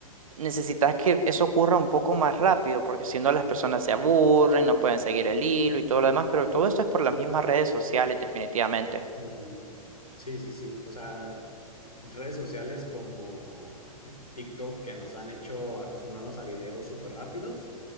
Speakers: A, on the right; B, on the left.
A: Necesitas que eso ocurra un poco más rápido, porque si no las personas se aburren, no pueden seguir el hilo y todo lo demás, pero todo esto es por las mismas redes sociales, definitivamente.
B: Ujú. Sí, sí, sí. O sea, redes sociales como TikTok que nos han hecho acostumbrarnos a videos súper rápidos,